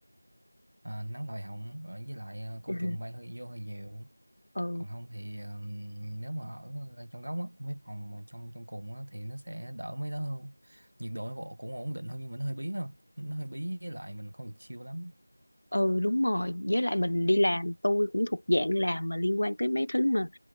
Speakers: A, on the right; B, on the left.
A: à, nắng lòi họng ờ, với lại ờ, côn
B: <laughs> ừ,
A: trùng bay hơi vô hơi nhiều
B: ừ.
A: còn không thì ờ, nếu mà ở trong góc á mấy phòng mà trong trong cùng á thì nó sẽ đỡ mấy đó hơn nhiệt độ nó cũng cũng ổn định hơn nhưng mà nó hơi bí không nó hơi bí với lại mình không được chill lắm
B: ừ đúng rồi với lại mình đi làm tôi cũng thuộc dạng làm mà liên quan tới mấy thứ mà